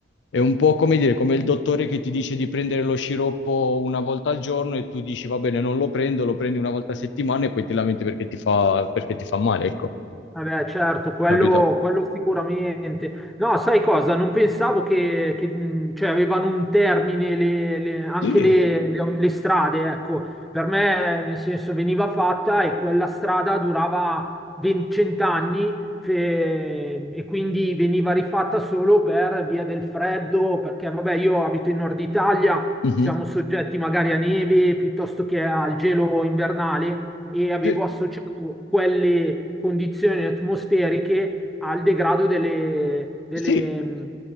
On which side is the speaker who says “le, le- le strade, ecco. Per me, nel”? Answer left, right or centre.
Centre